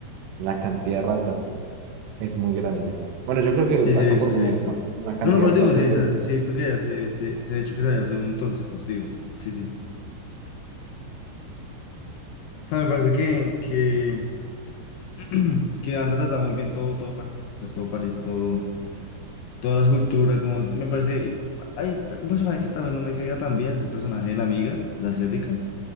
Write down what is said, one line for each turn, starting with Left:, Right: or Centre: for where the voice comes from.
Right: la cantidad de ratas es muy grande. Bueno, yo creo que
Left: Sí, sí,
Right: acá
Left: he visto,
Right: por
Left: sí,
Right: mi
Left: he
Right: barrio
Left: visto.
Right: es una cantidad
Left: No, no, pero te
Right: bastante
Left: digo, sí, sí,
Right: grande.
Left: sí, he visto que ya se, se, se ha hecho que se haya subido un montón, sí, pues te digo. Sí, sí. O sea, me parece que, que, <clears throat> que han retratado muy bien todo, todo París, pues todo París, todo, toda la cultura, como, me parece, y hay t- un personaje que tal vez no me caiga tan bien, es el personaje de la amiga, la asiática,